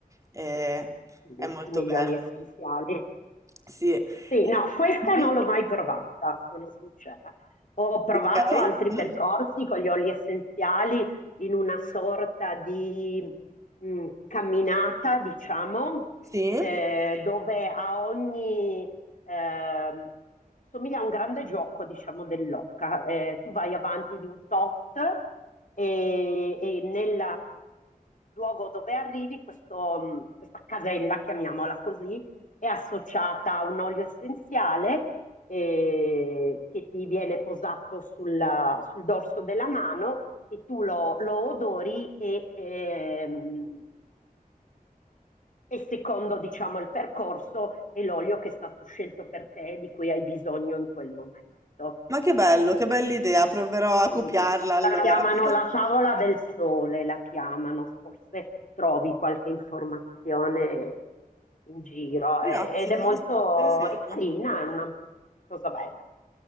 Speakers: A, on the right; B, on the left.
A: eh,
B: i
A: è molto
B: migliori
A: bello.
B: essenziali.
A: Sì. E-
B: Sì, no, questa
A: Mhm.
B: non l'ho mai provata, sono sincera. Ho provato
A: Ok.
B: altri
A: Mm.
B: percorsi con gli oli essenziali in una sorta di mh, camminata, diciamo,
A: Sì.
B: eh, dove a ogni... ehm, somiglia a un grande gioco, diciamo, dell'occa. Eh, tu vai avanti di un tot e, e nel luogo dove arrivi, questo, mh, questa casella, chiamiamola così, è associata a un olio essenziale eh, che ti viene posato sulla- sul dorso della mano e tu lo, lo odori e, ehm, e secondo diciamo il percorso è l'olio che è stato scelto per te e di cui hai bisogno in quel momento.
A: Ma che bello,
B: Eh,
A: che bella idea, proverò a copiarla
B: Mm.
A: allora.
B: La chiamano
A: <laughs>
B: la favola del sole, la chiamano, forse trovi qualche informazione in giro
A: Grazie,
B: eh, ed è
A: me
B: molto,
A: lo me lo segno.
B: è carina, è una cosa bella.